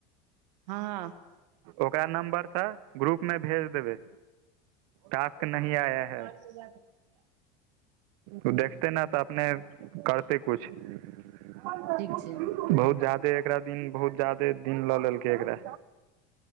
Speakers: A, on the right; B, on the right.
A: हँ
B: ओकरा नम्बरसे ग्रुपमे भेज देबै टास्क नही आया है
A: ह
B: ओ देखते न त अपने करते कुछ बहुत
A: ठीक छै
B: जयादे एकरा दिन बहुत जायदे दिन ल लेलकै एकरा